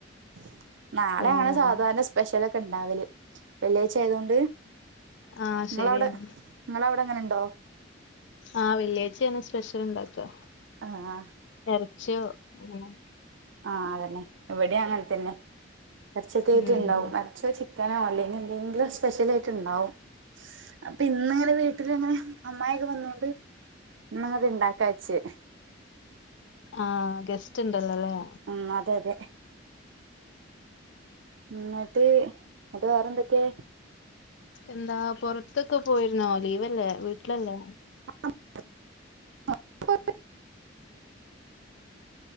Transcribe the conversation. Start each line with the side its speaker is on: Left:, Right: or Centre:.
Right: <unintelligible> <inaudible> നാളെയാണ്
Left: ഓഹ്
Right: സാധാരണ സ്പെഷ്യലൊക്കെ ഇണ്ടാവല് വെള്ളിയാഴ്ച ആയതൊണ്ട്
Left: ആഹ്
Right: നിങ്ങളവിടെ
Left: ശരിയാണ്
Right: നിങ്ങള അവിടെ എങ്ങനെ ഉണ്ടോ
Left: ആഹ വെള്ളിയാഴ്ച്ചിയാണ് സ്പെഷ്യൽ ഇണ്ടാക്ക
Right: ആഹ്
Left: ഇറച്ചി അങ്ങനെ
Right: ആ അതന്നെ എവിടെ അങ്ങനെ തന്നെ <unintelligible>
Left: ഉം
Right: ഉണ്ടാവും മരച്ചവെച്ച ക്കാനൊ അല്ലെങ്കിലെന്തെങ്കിലും സ്പെഷ്യലായിട്ടിണ്ടാവും അപ്പൊ ഇന്നലെ വീട്ടിലിങ്ങനെ അമ്മായിയൊക്കെ വന്നോണ്ട് ഇന്നങ്ങട്ടിണ്ടാക്കാവച്ച്
Left: ആഹ് ഗെസ്റ്റിണ്ടല്ലോല്ലേ
Right: ഉം അതെ അതെ എന്നട്ട് എന്നട്ട് വേറെന്തൊക്കേ
Left: എന്താ പുറത്തൊക്കെ പോയിരുന്നോ ലീവല്ലേ വീട്ടിലല്ലേ
Right: <unintelligible>